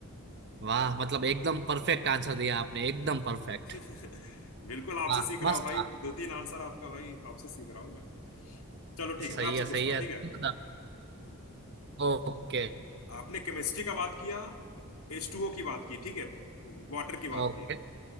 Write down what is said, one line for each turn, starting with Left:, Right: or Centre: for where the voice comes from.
Right: वाह मतलब एकदम परफेक्ट आंसर दिया आपने एकदम परफेक्ट
Left: <laughs> बिल्कुल आपसे
Right: वाह
Left: सीख रहा
Right: मस्त
Left: हूँ भाई दो तीन आंसर आपका भाई आपसे सीख रहा हूँ मैं चलो ठीक
Right: सही
Left: है मैं आपसे
Right: है
Left: पूछता
Right: सही है
Left: हूँ ठीक
Right: तुम
Left: है
Right: बताओ Okay
Left: आपने केमिस्ट्री का बात किया एच टू ओ की बात की ठीक है वाटर की बात
Right: okay
Left: की